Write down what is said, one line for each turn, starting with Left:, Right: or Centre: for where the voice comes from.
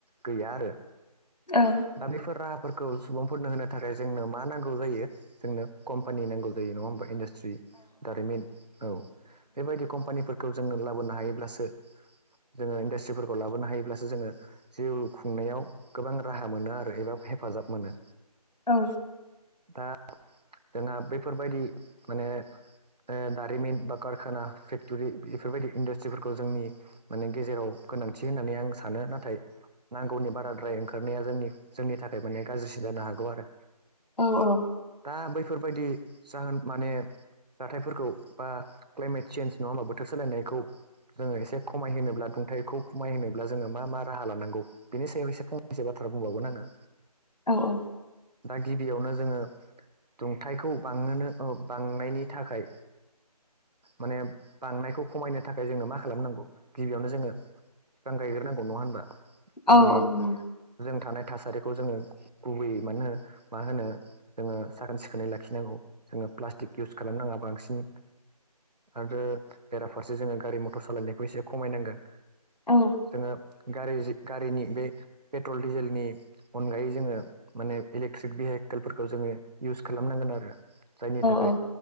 Right: गैया आरो
Left: औ
Right: दा बेफोर राहाफोरखौ सुबुंफोरनो होनो थाखाय जोंनो मा नांगौ जायो जोंनो कम्पानि नांगौ जायो नङा होमबा इडास्ट्रि दारिमिन औ बेबायदि कम्पानिफोरखौ जोङो लाबोनो हायोब्लासो जोङो इन्डास्ट्रिफोरखौ लाबोनो हायोब्लासो जोङो जिउ खुंनायाव गोबां राहा मोनो आरो एबा हेफाजाब मोनो
Left: औ
Right: दा जोंहा बैफोरबायदि माने ओ दारिमिन बा कारखाना फेक्टरि बेफोरबायदि इन्डासट्रिफोरखौ जोंनि माने गेजेराव गोनांथि होननानै आं सानो नाथाय नांगौनि बाराद्राय ओंखारनाया जोंनि जोंनि थाखाय माने गाज्रिसन जानो हागौ आरो
Left: औ औ
Right: दा बैफोरबायदि जाहोन माने जाथायफोरखौ बा क्लाइमेट चेन्ज नङा होमबा बोथोर सोलायनायखौ जोङो एसे खमाय होनोब्ला दुंथाइखौ खमाय होनोब्ला जोङो मा मा राहा लानांगौ बेनि सायाव एसे फंनैसो बाथ्रा बुंबावगोन आङो
Left: औ औ
Right: दा गिबियावनो जोङो दुंथाइखौ बांनोनो बांनायनि थाखाय माने बांनायखौ खमायनो थाखाय जोंनो मा खालामनांगौ गिबियावनो जोङो बिफां गायग्रोनांगौ नङा होनबा जोंनि
Left: औ नंगौ
Right: जों थानाय थासारिखौ जोङो गुबैयै मानो होन मा होनो जोङो साखोन सिखोनै लाखिनांगौ जोङो प्लास्टिक इउस खालामनाङा बांसिन आरो बेराफारसे जोङो गारि मटर सालायनायखौ एसे खमायनांगोन
Left: औ
Right: जोङो गारि गारिनि बै पेट्रल डिजेलनि अनगायै जोङो माने इलेक्ट्रिक भेहिकेलफोरखौ जोङो इउस खालामनांगोन आरो जायनि थाखाय
Left: औ